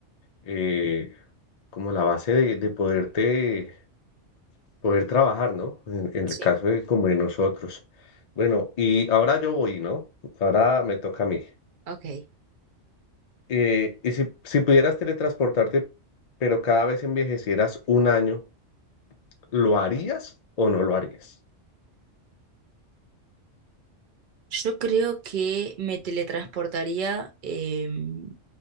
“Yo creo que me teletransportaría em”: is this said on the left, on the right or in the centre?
Right